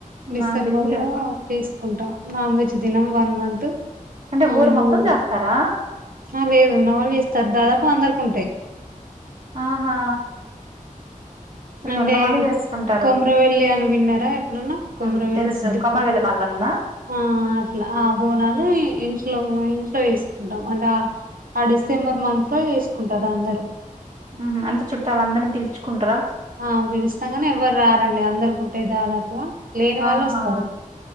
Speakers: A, on the right; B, on the right.
A: డిసెంబర్
B: నాకు తెలీదు
A: లో చేసుకుంటాం నాన్ వెజ్ దినం వన్ మంత్
B: అంటే
A: ఆ
B: ఊరు మొత్తం
A: మళ్ళీ
B: చేస్తారా
A: ఆ లేదున్నోవాళ్ళు ఇస్తారు దాదాపు అందరికింటాయి
B: ఆహా అది
A: అంటే
B: ఉన్నవాళ్ళు చేసుకుంటారు
A: కొమరవెల్లి అని విన్నారా ఎప్పుడన్నా కొమరవెల్లి
B: ఉమ్, తెలుసు
A: సిద్దిప
B: కొమర వెల్లి మల్లన్న
A: ఆ అట్లా ఆ బోనాలు ఇంట్లో ఇంట్లో వేసుకుంటాం అంటే ఆ డిసెంబర్ మంత్ లో చేసుకుంటారు అందరు
B: ఆహా అంటే చుట్టాలు అందరినీ పిలుచుకుంటారా
A: ఆ పిలుస్తాం గాని ఎవ్వరు రారండి అందరికింటే దాదాపుగా లేని వాళ్ళు
B: ఆహా
A: వస్తారు